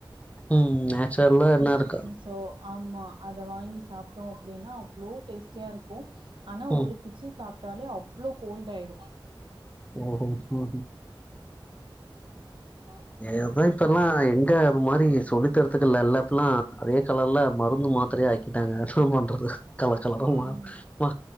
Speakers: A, on the left; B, on the right.
A: ம் நேச்சுர்ல் என்ன இருக்கு
B: சோ ஆமா அத வாங்கி சாப்ட்டோ அப்டின்னா அவ்வளோ டேஸ்ட்டியா இருக்கு ஆனா
A: ம்
B: ஒரு பிச்சி சாப்ட்டாலே அவ்வளோ கோல்ட் ஆயிரு
A: ஓஹோ ம்ஹு
B: அ
A: எவ இப்ப எல்லா எங்க அது மாரி சொல்லித்தரதுக்குல்ல எல்லா இப்ப எல்லா அதே கலர்ல மருந்து மாத்திரையா க் கிட்டாங்க என்ன பண்றது கலர் கலர
B: ஆமா
A: மாத் மா